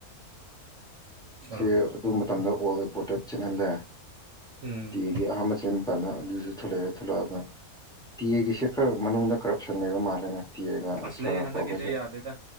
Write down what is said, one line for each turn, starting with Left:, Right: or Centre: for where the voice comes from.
Right: ꯑꯠꯆꯥ
Centre: ꯁꯤ ꯑꯗꯨ ꯃꯇꯝꯗ ꯑꯣꯜ ꯔꯤꯄꯣꯔꯠꯇ ꯆꯦꯜꯍꯜꯂꯦ
Right: ꯎꯝ
Centre: ꯇꯤ ꯑꯦꯒꯤ ꯑꯍꯥꯥꯟꯕ ꯆꯦꯟꯕ ꯀꯥꯟꯗ ꯑꯗꯨꯁꯨ ꯊꯣꯛꯂꯛꯑꯦ ꯊꯂꯛꯑꯒ ꯇꯤ ꯑꯦꯒꯤꯁꯦ ꯈꯔ ꯃꯅꯨꯡꯗ ꯀꯔꯞꯁꯟ ꯂꯩꯕ ꯃꯥꯜꯂꯦꯅꯦ ꯇꯤ ꯑꯦꯒ
Right: ꯑꯁ
Centre: ꯑꯁꯥꯝ
Right: ꯂꯩ
Centre: ꯔꯥꯢꯐꯜ
Right: ꯍꯟꯗꯛꯀꯤꯗꯤ
Centre: ꯍꯣꯢꯁꯦ
Right: ꯌꯥꯗꯦꯗ